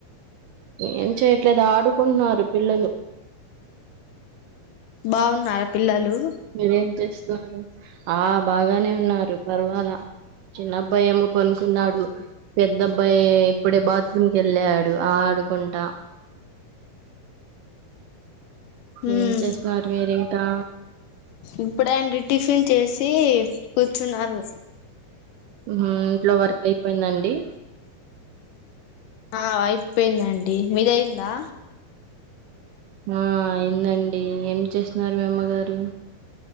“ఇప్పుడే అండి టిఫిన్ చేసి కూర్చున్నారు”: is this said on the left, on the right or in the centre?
Left